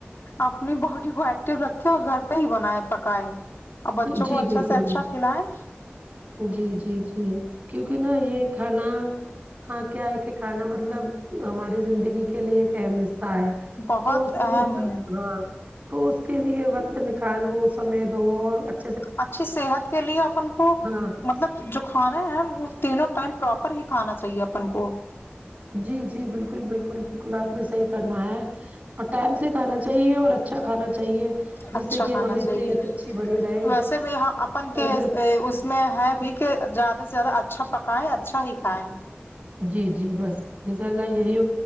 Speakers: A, on the left; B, on the right.
A: اپنی باڈی کو ایکٹیو رکھتے اور گھر پہ ہی بنائےیں پکائے ا بچوں
B: جی
A: کو اچھا
B: بالکل
A: سے اچھا کھلائیں
B: جی جی جی کیونکہ نا یہ کھانا ہاں کیا ہے کہ کھانا مطلب ہماری زندگی کے لیے ایک اہم رستہ ہے
A: بہت
B: تو اس کو
A: اہم
B: مطلب
A: ہے
B: ہاں تو اس کے لیے وقت نکالو سمے دو اور ا
A: اچھی صحت کے لیے اپن
B: ہاں
A: مطلب جو کھانا ہے وہ تینوں ٹائم پراپر ہی کھانا چاہیے اپن کو
B: جی جی بالکل بالکل بالکل آپ نے صحیح فرمایا ہے اور ٹائم سے کھانا چاہیے اور اچھا کھانا چاہیے جس
A: اچھا
B: سے کہ
A: کھانا
B: ہماری
A: چاہیے
B: صحت اچھی بنی رہے
A: ویسے بھی اپن
B: تندرست
A: کے اس میں ہے بھی کہ زیادہ سے زیادہ اچھا پکائے اچھا ہی کھائےیں
B: جی جی بس انشاء اللہ یہی